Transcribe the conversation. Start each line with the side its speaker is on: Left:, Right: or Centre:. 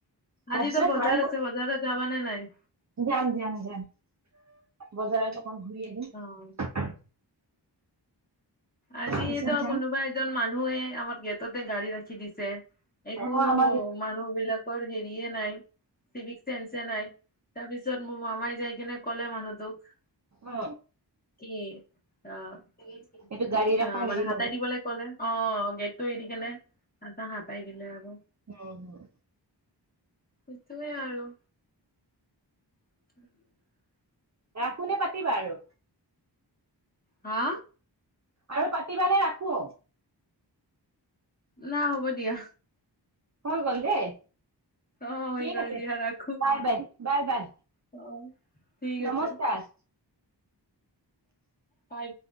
Right: তাৰপিছত
Left: আজি ত বজাৰ
Right: আৰু
Left: আছে বজাৰত যাবা নে নাই
Right: অ যাম যাম বজাৰত অকন ঘূৰি আহিম
Left: অ', আজি
Right: পিছত
Left: এটা
Right: যাম
Left: কোনোবা এজন মানুহে আমাৰ গেত তাতে গাড়ী ৰাখি দিছে একো
Right: অ আমাৰ
Left: মানুহ বিলাকৰ হেৰিয়ে নাই চিভিক সেঞ্চে নাই তাৰপিছত মোৰ মামাই যাই কিনে ক'লে মানুহটোক
Right: অ
Left: কি অহ
Right: এইটো গাড়ী
Left: অ
Right: ৰাখা হেৰি
Left: মানে হাতাই
Right: নহয়
Left: দিবলে কলে অ গেটটো এৰি কেনে তাছত হাতাই দিলে আৰু
Right: হুম হুম
Left: সেইটোৱে আৰু <unintelligible>
Right: ৰাখোনে পাতিবা আৰু
Left: হা
Right: আৰু পাতিবা নে ৰাখো
Left: না হ'ব দিয়া
Right: হৈ গল দেই
Left: অ হৈ
Right: ঠিক
Left: গ'ল
Right: আছে
Left: দিয়া ৰাখো।
Right: বাই বাই বাই বাই
Left: অ ঠিক
Right: নমস্কাৰ
Left: আছে বাই